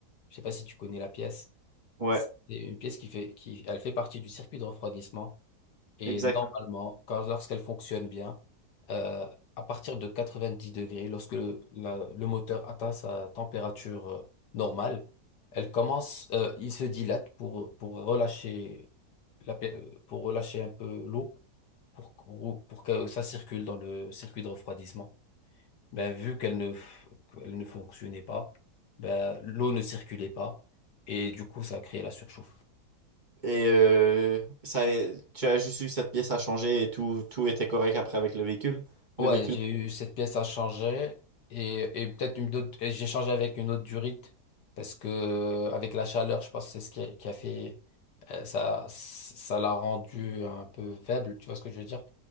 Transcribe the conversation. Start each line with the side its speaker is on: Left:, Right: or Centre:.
Left: Je sais pas si tu connais la pièce.
Right: Ouais,
Left: C'est une pièce qui fait, qui, elle fait partie du circuit de refroidissement. Et
Right: exact.
Left: normalement, quand, lorsqu'elle fonctionne bien, euh, à partir de 90 degrés, lorsque le, la- le moteur atteint sa température euh, normale, elle commence, euh, il se dilate pour, pour relâcher la, pe- euh, pour relâcher un peu l'eau, pour, qu'on- pour que ça circule dans le circuit de refroidissement. Ben, vu qu'elle ne, f- qu'elle ne fonctionnait pas, ben, l'eau ne circulait pas, et du coup, ça a créé la surchauffe.
Right: Et euh, ça, tu as juste eu cette pièce à changer et tout, tout était correct après avec le véhicule. Le
Left: Ouais,
Right: véhicule.
Left: j'ai eu cette pièce à changer et, et peut-être une autre, et j'ai changé avec une autre durite parce que euh, avec la chaleur, je pense que c'est ce qui a, qui a fait euh, ça, ça l'a rendu un peu faible, tu vois ce que je veux dire?